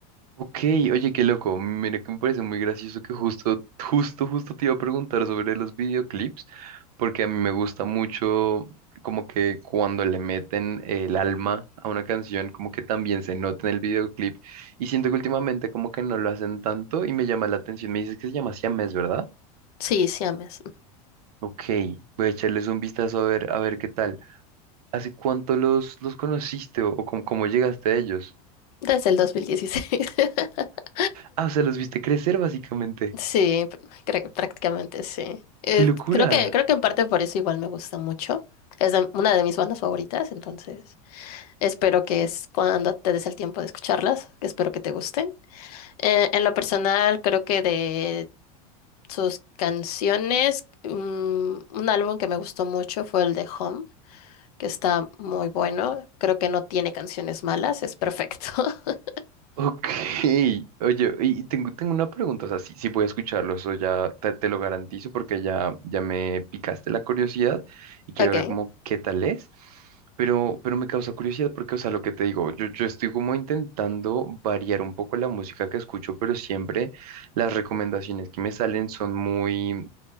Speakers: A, on the right; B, on the left.
A: Ok, oye, qué loco. Mira que me parece muy gracioso que justo, justo, justo te iba a preguntar sobre los videoclips, porque a mí me gusta mucho como que cuando le meten el alma a una canción, como que también se nota en el videoclip. Y siento que últimamente como que no lo hacen tanto y me llama la atención. Me dices que se llama Siamés, ¿verdad?
B: Sí, siames.
A: Ok, voy a echarles un vistazo a ver, a ver qué tal. ¿Hace cuánto los, los conociste o, o cómo, cómo llegaste a ellos?
B: Desde el 2016. <laughs>
A: Ah, o sea, los viste crecer básicamente.
B: Sí, pr- cre- prácticamente sí. Eh,
A: ¡Qué locura!
B: creo que, creo que en parte por eso igual me gusta mucho. Es de- una de mis bandas favoritas, entonces espero que es cuando te des el tiempo de escucharlas, espero que te gusten. Eh, en lo personal, creo que de sus canciones, mm, un álbum que me gustó mucho fue el de Home. que está muy bueno. Creo que no tiene canciones malas, es perfecto. <laughs>
A: Ok, <laughs> oye, y tengo, tengo una pregunta, o sea, sí sí voy a escucharlo, eso ya te, te lo garantizo porque ya, ya me picaste la curiosidad y quiero
B: Ok.
A: ver como qué tal es, pero, pero me causa curiosidad porque, o sea, lo que te digo, yo, yo estoy como intentando variar un poco la música que escucho, pero siempre las recomendaciones que me salen son muy,